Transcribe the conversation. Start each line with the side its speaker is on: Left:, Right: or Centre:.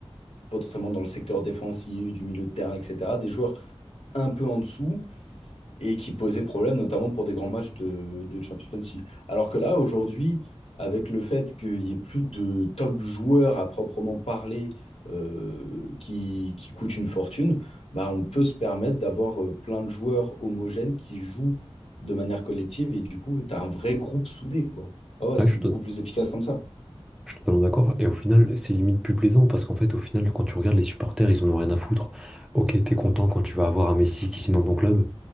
Left: potentiellement dans le secteur défensif, du milieu de terrain, etc., des joueurs un peu en dessous et qui posait problème, notamment pour des grands matchs de, de Champions League. Alors que là, aujourd'hui, avec le fait qu'il n'y ait plus de top joueurs à proprement parler euh, qui, qui coûtent une fortune, bah, on peut se permettre d'avoir euh, plein de joueurs homogènes qui jouent de manière collective et du coup, tu as un vrai groupe soudé, quoi. Ah ouais,
Centre: Ouais,
Left: c'est
Centre: je suis
Left: beaucoup plus efficace comme ça.
Centre: Je suis totalement d'accord. Et au final, c'est limite plus plaisant parce qu'en fait, au final, quand tu regardes les supporters, ils en ont rien à foutre. Ok, t'es content quand tu vas avoir un Messi qui signe dans ton club,